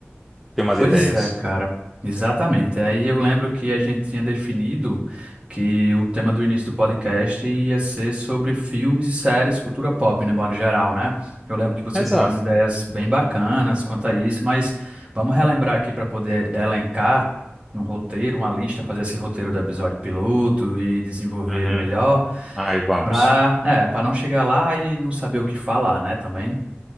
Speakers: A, in the centre; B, on the right (about 25°).
A: Tem umas
B: Pois
A: ideias.
B: é, cara, exatamente. Aí eu lembro que a gente tinha definido que o tema do início do podcast ia ser sobre filmes e séries, cultura pop, no modo geral, né? Eu lembro que você
A: Exato.
B: deu umas ideias bem bacanas quanto a isso, mas vamos relembrar aqui para poder elencar num roteiro, uma lista, fazer esse roteiro do episódio piloto e desenvolver
A: Uhum.
B: ele melhor,
A: Aí vamos.
B: para, é, para não chegar lá e não saber o que falar, né, também.